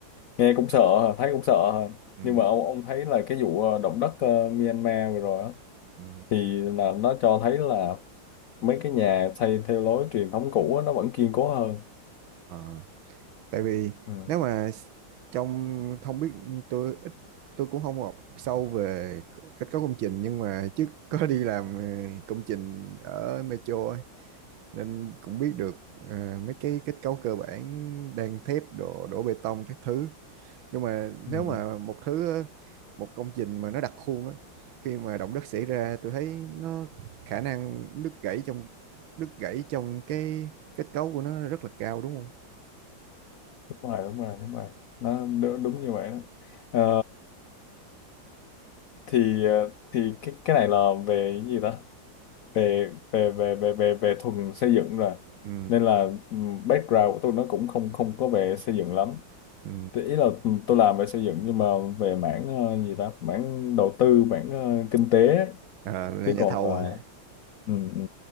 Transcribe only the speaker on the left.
nghe cũng sợ hả? thấy cũng sợ hả?
nhưng mà ông ông thấy là cái vụ ờ, động đất ờ, Myanmar vừa rồi á
thì là nó cho thấy là mấy cái nhà xây theo lối truyền thống cũ á, nó vẫn kiên cố hơn
ừ.
Ừ.
đúng rồi đúng rồi đúng rồi nó đúng, đúng như vậy đó Ờ, thì ờ, thì cái cái này là về cái gì ta về về về về về về thuần xây dựng rồi
nên là ừm, background của tôi nó cũng không không có về xây dựng lắm
thì ý là ừm, tôi làm về xây dựng nhưng mà về mảng ờ, gì ta mảng đầu tư mảng ờ, kinh tế ấy.
chứ
còn
ờ,
ừ, ừ.